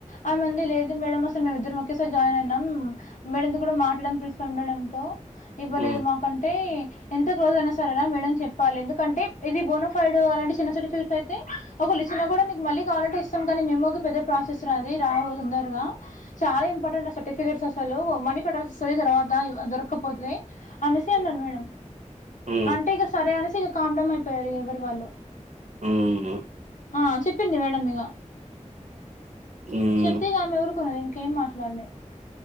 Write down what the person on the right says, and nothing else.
హ్మ్.
హ్మ్.
ఉహుహ్
హ్మ్.